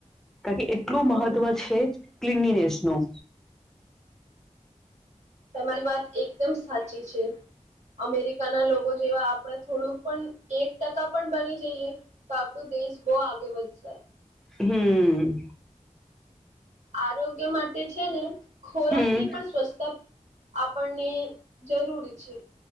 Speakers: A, in the centre; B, on the right.
A: કારણ કે એટલું
B: હમ
A: મહત્વ છે, ક્લીનીનેસનું.
B: તમારી વાત એકદમ સાચી છે. અમેરિકાના લોકો જેવા આપણે થોડુંક પણ એક ટકા પણ બની જઈએ. તો આપણું દેશ બહુ આગે વધશે.
A: હમ્મ
B: આરોગ્ય માટે છે, ને ખોરાકની
A: હમ
B: પણ સ્વચ્છતા. આપણને જરૂરી છે,